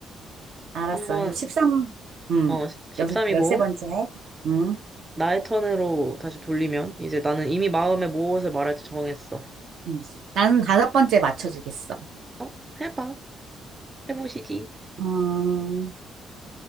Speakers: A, on the right (about 75°); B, on the right (about 15°).
A: 알았어.
B: 한번,
A: 13, 음,
B: 어, 13이고,
A: 13번째. 음.
B: 나의 턴으로 다시 돌리면 이제 나는 이미 마음에 무엇을 말할지 정했어.
A: 음. 나는 다섯 번째 맞춰주겠어.
B: 어? 해봐. 해보시지.
A: 어,